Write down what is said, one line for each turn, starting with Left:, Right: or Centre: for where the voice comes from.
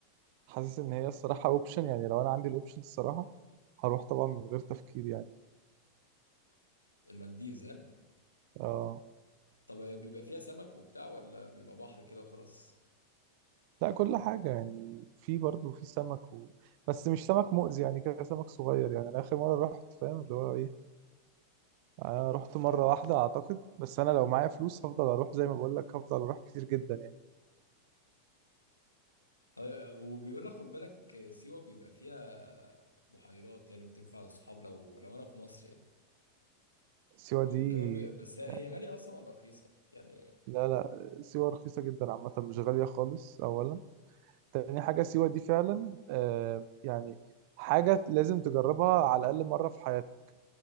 Right: حاسس ان هي الصراحه اوبشن يعني لو انا عندي الاوبشن الصراحه هروح طبعا من غير تفكير يعني
Left: المالديفز ها
Right: اه
Left: طب هي بيبقى فيها سمك وبتاع ولا بيبقى بحر كده وخلاص
Right: لا كل حاجة يعني في برضه في سمك و... بس مش سمك مؤذي يعني كده سمك صغير يعني أنا آخر مرة رحت فاهم اللي هو إيه أنا رحت مرة واحدة أعتقد بس أنا لو معايا فلوس هفضل أروح زي ما بقول لك هفضل أروح كتير جدا يعني
Left: طيب وبيقول لك خد بالك سيوة بيبقى فيها بحيرات يعني وتنفع للصحاب لو لو انا في مصر يعني
Right: سيوة دي
Left: وكمان بي... بس هي
Right: يعني
Left: هي غالية أصلا ولا رخيصة؟ يعني
Right: لا لا سيوة رخيصة جدا عامة مش غالية خالص أولا تاني حاجة سيوة دي فعلا آه يعني حاجة لازم تجربها على الأقل مرة في حياتك